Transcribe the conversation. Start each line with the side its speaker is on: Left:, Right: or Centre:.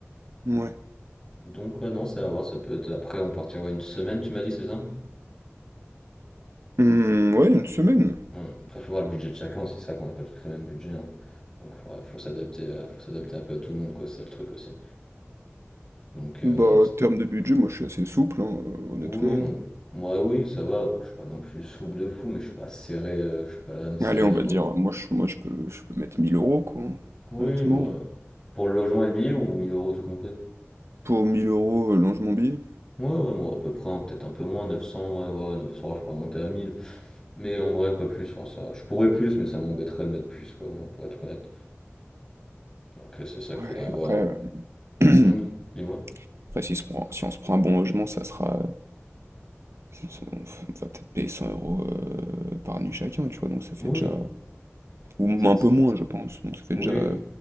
Right: Ouais.
Left: Donc, ouais, non, c'est à voir, ça peut être après, on partira une semaine, tu m'as dit, c'est ça?
Right: Hmm, ouais, une semaine.
Left: Hum, Après, faut voir le budget de chacun, c'est ça qu'on n'a pas tous le même budget, hein. Donc, faudra- faut, s'adapter à- faut s'adapter un peu à tout le monde, quoi, c'est ça le truc aussi. Donc, euh,
Right: Bah,
Left: t-
Right: Mm. en termes de budget, moi je suis assez souple, hein, euh, honnêtement.
Left: oui, bon, moi, oui, ça va, bon, je suis pas non plus souple de fou, mais je suis pas serré, euh, je suis pas là à me serrer
Right: Allez, on
Left: la
Right: va dire, moi je, moi, je peux, je peux mettre 1000 euros, quoi. hein.
Left: Oui,
Right: Honnêtement,
Left: moi. Pour le logement et le billet ou 1000 euros tout compris?
Right: pour 1000 euros, euh, longe mon billet.
Left: Ouais, ouais, moi, à peu près, hein, peut-être un peu moins, 900, ouais, ouais, 900, je pourrais monter à 1000. Mais en vrai, pas plus, hein, ça. Je pourrais plus, mais ça m'embêterait de mettre plus, quoi, hein, pour être honnête. Donc, euh, c'est ça qu'il
Right: Ouais,
Left: faudrait voir.
Right: après, euh,
Left: Hum, Dis-moi.
Right: <clears throat> après, si, se prend- si on se prend un bon logement, ça sera. ça- ça- on f- on va peut-être payer cent euros euh, par nuit chacun, tu vois, donc ça fait
Left: Oui,
Right: déjà. Ou m-
Left: 700.
Right: un peu moins, je pense. Donc ça fait
Left: Oui,
Right: déjà. euh,